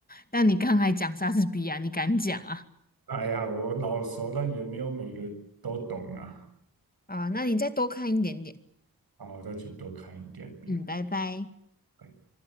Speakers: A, on the left; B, on the right.
A: 那你刚才讲莎士比亚，你敢讲啊？
B: 哎呀，我老熟，但也没有每个都懂啊。
A: 啊，那你再多看一点点。
B: 好，我再去多看一点遍。
A: 嗯，拜拜。
B: 拜